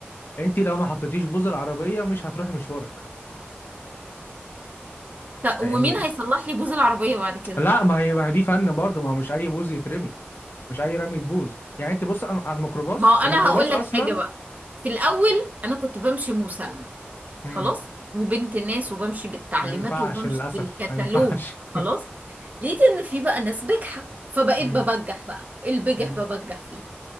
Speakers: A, on the left (about 60°); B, on the right (about 40°).
A: انت لو ما حطيتيش بوز العربيه مش هتروحي مشوارك
B: ط- ومين
A: يعني
B: هيصلح لي بوز العربيه بعد كده
A: لا ما هي ما هي دي فن برضه ما هو مش اي بوز يترمي مش اي رمي تبوظ يعني انت بص على على الميكروباص
B: ما هو انا
A: الميكروباص
B: هقول
A: اصلا
B: لك حاجه بقى في الاول انا كنت بمشي مسالمه
A: مم.
B: خلاص وبنت ناس وبمشي بالتعليمات
A: ما ينفعش
B: وبمشي
A: للاسف
B: بالكتالوج
A: ما ينفعش
B: خلاص لقيت ان في بقى ناس بجحة فبقيت
A: <laughs> مم.
B: ببجح بقى البجح
A: مم.
B: ببجح فيه